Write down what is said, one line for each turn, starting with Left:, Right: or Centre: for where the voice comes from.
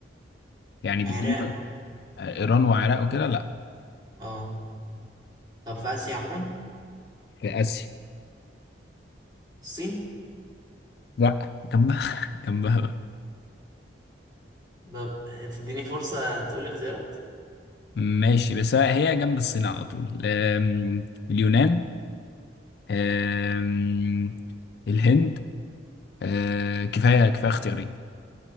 Left: يعني بتدوم
Right: عراق بقى والحتة دي.
Left: ايران وعراق وكده لا
Right: اه طب في آسيا عموما
Left: في اسيا
Right: الصين
Left: لا جنبها <laughs> جنبها بقى
Right: طب تديني فرصة تقول لي اختيارات
Left: ماشي بس هي جنب الصين على طول آم، اليونان آم، الهند آه، كفايه كفايه اختيارين